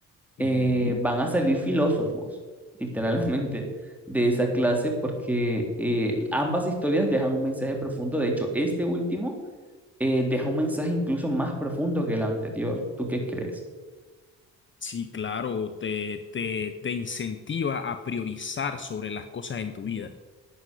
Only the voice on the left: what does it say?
Ujú.
Sí, claro, te, te, te incentiva a priorizar sobre las cosas en tu vida,